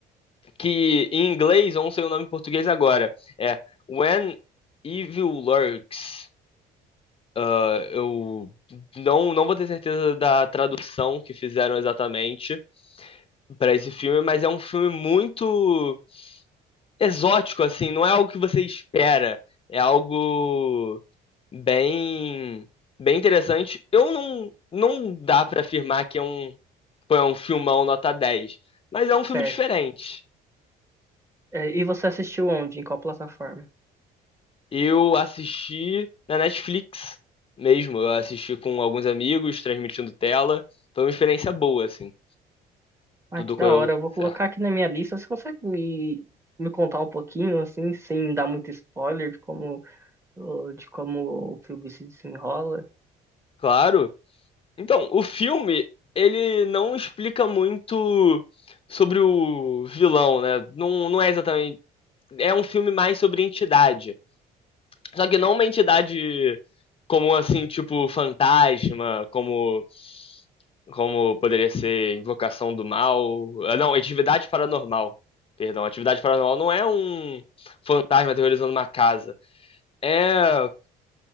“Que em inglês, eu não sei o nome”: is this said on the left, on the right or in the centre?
Left